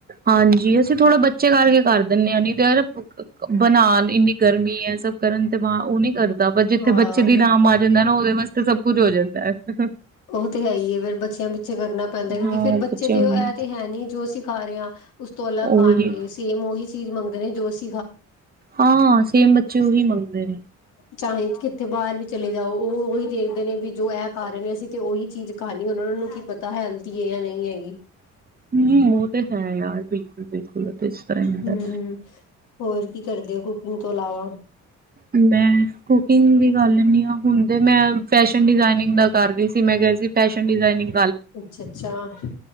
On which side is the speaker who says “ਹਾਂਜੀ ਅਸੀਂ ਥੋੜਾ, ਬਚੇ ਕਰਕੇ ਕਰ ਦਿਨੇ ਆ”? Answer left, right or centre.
Right